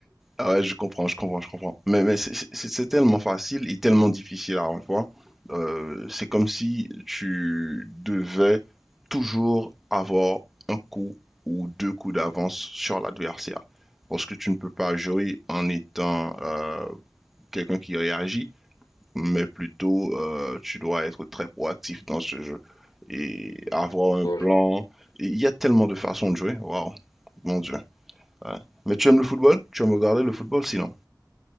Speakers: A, in the centre; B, on the left.
A: Ah ouais, je comprends, je comprends, je comprends. Mais, mais c'est c'est- c'est- c'est tellement facile et tellement difficile à la fois. Euh, c'est comme si tu devais toujours avoir un coup ou deux coups d'avance sur l'adversaire. Parce que tu ne peux pas jouer en étant euh, quelqu'un qui réagit, mais plutôt euh, tu dois être très proactif dans ce jeu et avoir un
B: Ouais,
A: plan.
B: je vois.
A: Et Il y a tellement de façons de jouer. Waouh, mon Dieu. Ouais. Mais tu aimes le football? Tu aimes regarder le football sinon?